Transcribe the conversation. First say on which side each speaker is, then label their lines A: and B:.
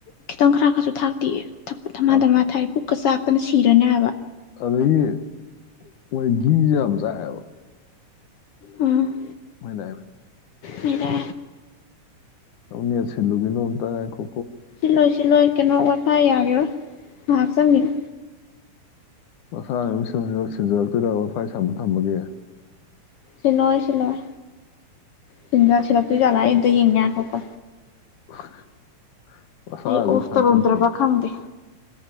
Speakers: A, on the left; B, on the left.
A: ꯈꯤꯇꯪ ꯈꯔ ꯈꯔꯁꯨ ꯊꯥꯛꯇꯤꯑ ꯊꯝꯃꯥꯙꯝꯃꯥ
B: ꯄꯥꯛꯇꯕꯅꯤ
A: ꯊꯥꯏ ꯄꯨꯛꯀ ꯆꯥꯛꯇꯅ ꯁꯤꯔꯅꯦ ꯍꯥꯏꯕ
B: ꯑꯗꯒꯤ ꯃꯣꯏ ꯤꯖꯝ ꯆꯍꯦꯕ
A: ꯎꯝ
B: ꯃꯣꯏꯗ
A: ꯃꯗꯥ
B: ꯅꯤ ꯁꯤꯂ ꯀ ꯇꯥꯏ ꯈ
A: ꯁꯤꯂꯣꯏ ꯁꯤꯂꯣꯏ ꯀꯩꯅꯣ ꯋꯥꯠꯐꯥ ꯌꯥꯒꯦꯔꯣꯏ ꯉꯥꯏꯍꯥꯛ ꯆꯪꯒꯅ
B: ꯃꯁꯥꯅꯁꯤꯡ ꯁꯤꯟꯖꯔꯛꯇꯣꯏꯗꯒ ꯃ ꯐꯥꯏ ꯁꯕ ꯊꯝꯃꯒꯦ
A: ꯁꯤꯜꯂꯣꯏ ꯁꯤꯜꯂꯣꯏ ꯁꯤ ꯁꯤꯜꯂꯛꯇꯣꯏꯖꯥꯠꯂ ꯑꯇ ꯌꯦꯡꯉꯦꯈꯣꯀꯣ
B: <unintelligible> <inaudible>
A: ꯑꯩ ꯑꯣꯐ
B: ꯊꯥꯖꯗꯦꯌꯦ
A: ꯇꯧꯔꯝꯗ꯭ꯔꯕ ꯈꯪꯗꯦ